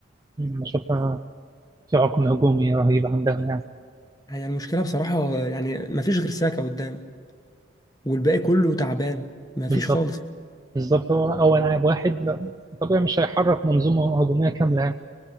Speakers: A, on the right; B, on the left.
A: أنا شايفها في عقم هجومي رهيب عندها يعني
B: هي المشكله بصراحه يعني مفيش غير ساكا قدام والباقي كله تعبان مفيش
A: بالظبط
B: خالص
A: بالظبط هو هو لاعب واحد لا، طبيعي مش هيحرك منظومة هجومية كاملة يعني.